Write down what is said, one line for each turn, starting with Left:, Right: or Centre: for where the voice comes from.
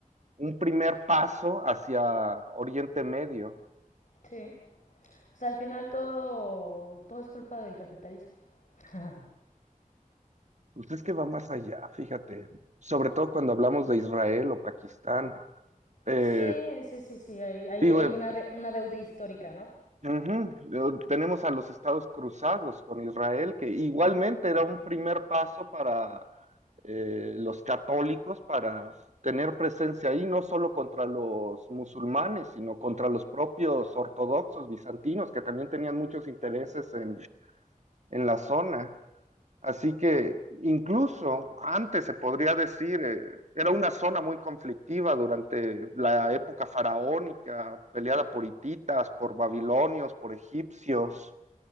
Right: un primer paso hacia Oriente Medio.
Left: Sí. O sea, al final todo, todo es culpa del capitalismo. <laughs>
Right: Pues es que va más allá, fíjate, sobre todo cuando hablamos de Israel o Pakistán. Eh,
Left: Sí, sí, sí, sí, hay, hay-
Right: digo,
Left: hay
Right: eh,
Left: una, de- una deuda histórica, ¿no?
Right: Ujú. Tenemos a los estados cruzados con Israel, que igualmente era un primer paso para eh, los católicos para tener presencia ahí, no solo contra los musulmanes, sino contra los propios ortodoxos bizantinos, que también tenían muchos intereses en, en la zona. Así que incluso antes se podría decir, eh, era una zona muy conflictiva durante la época faraónica, peleada por hititas, por babilonios, por egipcios.